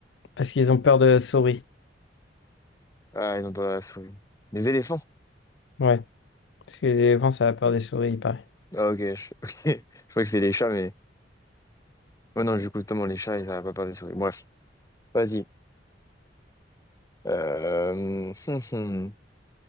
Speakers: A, on the left (about 70°); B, on the left (about 20°).
A: parce qu'ils ont peur de la souris.
B: Ah, ils n'ont pas la souris. Les éléphants?
A: Ouais, parce que les éléphants, ça a peur des souris, il paraît.
B: Ah, ok. Je, <laughs> ok. Je crois que c'est les chats, mais. Oh non, du coup, justement, les chats, ils n'arrivent pas à parler de souris. Bref, vas-y. Euh, <laughs> hum, hum.